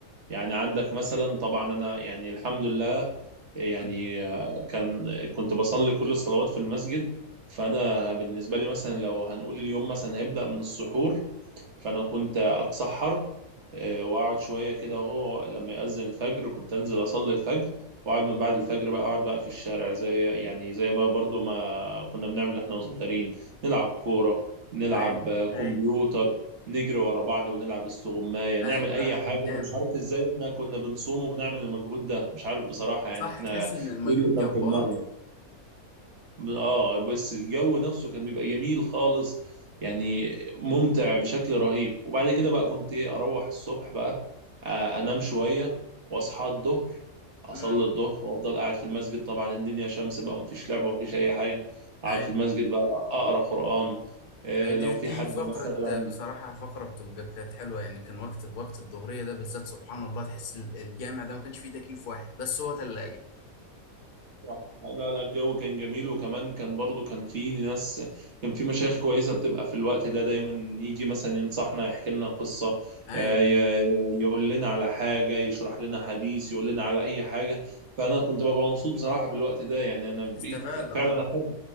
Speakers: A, on the right (about 55°); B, on the left (about 50°).
A: يعني عندك مثلا طبعا انا يعني الحمد لله يعني
B: أمم.
A: آه، كان كنت بصلي كل الصلوات في المسجد فانا بالنسبه لي مثلا لو هنقول اليوم مثلا هيبدا من السحور فأنا كنت أتسحر آه، وأقعد شوية كده وهو لما يأذن الفجر كنت أنزل أصلي الفجر وأقعد من بعد الفجر بقى أقعد بقى في الشارع زي يعني زي ما برضو ما كنا بنعمل إحنا صغيرين نلعب كورة نلعب
B: ايوه
A: آه، كمبيوتر
B: ايوه
A: نجري ورا بعض ونلعب استغماية نعمل
B: ايوه
A: أي
B: أيوة،
A: حاجة
B: جامد
A: أنا مش عارف إزاي إحنا كنا بنصوم وبنعمل المجهود ده مش عارف بصراحة يعني
B: صح
A: إحنا
B: تحس ان المجهود
A: إيه اللي
B: جبار
A: كان في دماغنا اه بس الجو نفسه كان بيبقى جميل خالص يعني ممتع بشكل رهيب وبعد كده بقى كنت ايه اروح الصبح بقى آه، انام شوية واصحى الظهر اصلي
B: امم
A: الظهر وافضل قاعد في المسجد طبعا الدنيا شمس بقى ومفيش لعبة ومفيش اي حاجة اقعد
B: ايوه
A: في المسجد بقى اقرا قرآن آه،
B: دي
A: لو
B: دي
A: في حد
B: فقرة
A: مثلا
B: بصراحة فقرة بتبقى كانت حلوة يعني كان وقت وقت الظهرية ده بالذات سبحان الله تحس ال- الجامع ده ما كانش فيه تكييف واحد بس هو تلاجة
A: صح لا لا الجو كان جميل وكمان كان برضو كان في ناس كان في مشايخ كويسة بتبقى في الوقت ده دايما يجي مثلا ينصحنا يحكي لنا قصة
B: أي
A: آه، ي- ي- يقول لنا على حاجة يشرح لنا حديث يقول لنا على أي حاجة فأنا كنت ببقى مبسوط بصراحة بالوقت ده يعني
B: بتستفاد
A: أنا بقيت
B: اه
A: فعلا أحب